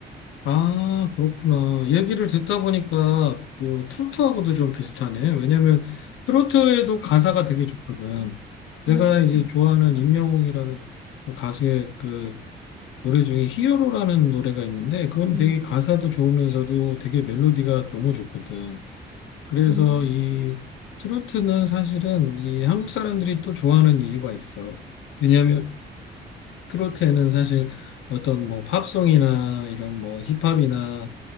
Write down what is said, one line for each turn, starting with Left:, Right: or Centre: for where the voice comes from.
Left: 아, 그렇구나. 얘기를 듣다 보니까 그 트로트하고도 좀 비슷하네. 왜냐면 트로트에도 가사가 되게 좋거든. 내가
Right: 음,
Left: 이제 좋아하는 임영웅이라는 그 가수의 그 노래 중에 히어로라는 노래가 있는데 그건
Right: 음,
Left: 되게 가사도 좋으면서도 되게 멜로디가 너무 좋거든. 그래서
Right: 음.
Left: 이 트로트는 사실은 이 한국 사람들이 또 좋아하는 이유가 있어. 왜냐면 트로트에는 사실 어떤 뭐 팝송이나 이런 뭐 힙합이나